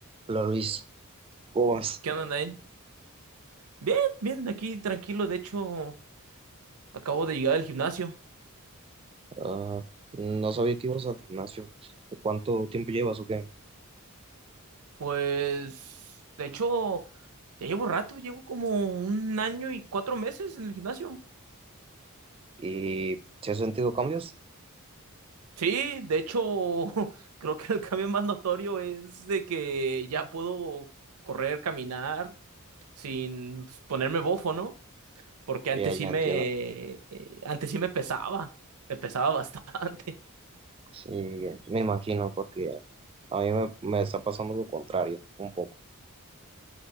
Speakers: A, on the right (about 25°); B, on the right (about 85°).
A: Hola Luis, ¿cómo vas?
B: ¿Qué onda, Nain? Bien, bien, aquí tranquilo. De hecho, acabo de llegar al gimnasio.
A: Ah, no sabía que ibas al gimnasio. ¿Cuánto tiempo llevas o qué?
B: Pues, de hecho, ya llevo rato, llevo como un año y cuatro meses en el gimnasio.
A: ¿Y si has sentido cambios?
B: Sí, de hecho, <laughs> creo que el cambio más notorio es de que ya puedo correr, caminar sin pues, ponerme bofo, ¿no? Porque antes
A: Ya, ya
B: sí me,
A: entiendo.
B: eh, antes sí me pesaba, me pesaba bastante.
A: Y me imagino porque a mí me, me está pasando lo contrario un poco.